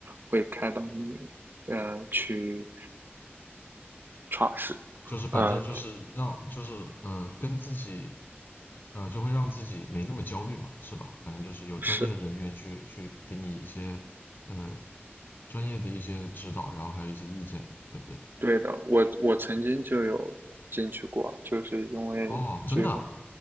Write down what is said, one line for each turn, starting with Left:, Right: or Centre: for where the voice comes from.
Right: 会开导你，呃，去尝试，
Left: 就是反正就是让就是呃跟自己
Right: 呃，
Left: 呃就会让自己没那么焦虑嘛，是吧？反正就是有专业的人员去去给你一些呃
Right: 是
Left: 专业的一些指导，然后还有一些意见嘛，对不对？
Right: 对的，我我曾经就有进去过，就是因为最后
Left: 哦，真的啊